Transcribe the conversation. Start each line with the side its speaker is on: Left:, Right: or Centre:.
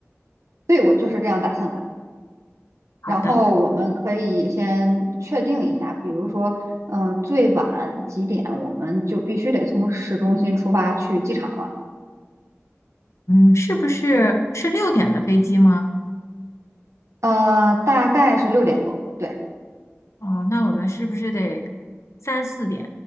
Right: 对，我就是这样打算的。
Left: 好的，
Right: 然后我们可以先确定一下，比如说，嗯、最晚几点我们就必须得从市中心出发去机场了。
Left: 嗯，是不是是六点的飞机吗？
Right: 呃，大概是六点多，对，
Left: 哦，那我们是不是得三四点